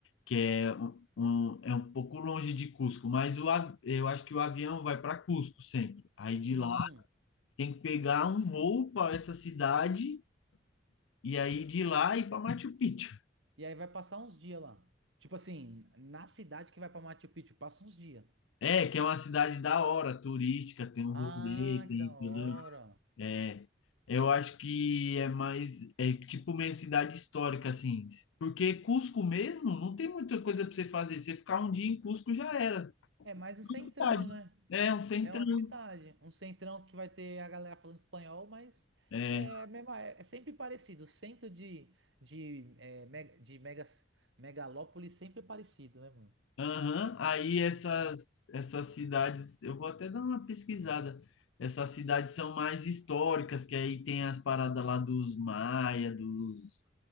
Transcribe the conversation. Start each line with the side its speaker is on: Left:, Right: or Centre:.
Left: que é um, um- é um pouco longe de Cusco, mas o, av- eu acho que o avião vai para Cusco sempre. Aí de
Right: Hum.
Left: lá
Right: hum.
Left: tem que pegar um voo para essa cidade e aí de lá ir para Machu Picchu.
Right: E aí vai passar uns dias lá. Tipo assim, na cidade que vai pra Machu Picchu, passa uns dias.
Left: É, que é uma cidade da hora, turística, tem uns
Right: Ah,
Left: rolês, tem
Right: que da hora.
Left: tudo. É, eu acho que é mais, é tipo meio cidade histórica, assim. Porque Cusco mesmo não tem muita coisa para você fazer. Você ficar um dia em Cusco já era.
Right: É mais um
Left: Uma
Right: centrão,
Left: cidade.
Right: né?
Left: É, um centrão.
Right: É uma cidade. Um centrão que vai ter a galera falando espanhol, mas
Left: É,
Right: é, mesmo, é, é sempre parecido. O centro de, de, é, mega, de megas, megalópole sempre é parecido, né, mano?
Left: aham. Aí essas,
Right: No final.
Left: essas cidades, eu vou até dar uma pesquisada. Essas cidades são mais históricas, que aí tem as paradas lá dos maia, dos